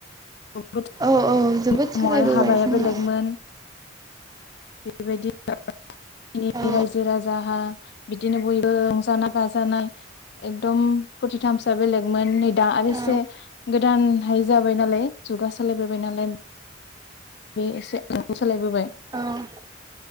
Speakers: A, on the left (about 60°); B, on the right (about 20°).
A: <inaudible>
B: औ औ जोबोद
A: समाव
B: सोलायबोबाय
A: आरो हाबाया
B: जोंना
A: बेलेगमोन। बेबायदि <inaudible> नि
B: औ
A: रायजो राजाहा बिदिनो बयबो रंजानाय बाजानाय एकदम फुरथिथामसआ बेलेगमोन नै आ आरो
B: औ
A: एसे गोदानहाय जाबाय नालाय। जुगा सालायबोबाय नालाय। बे एसे <inaudible> सोलायबोबाय
B: औ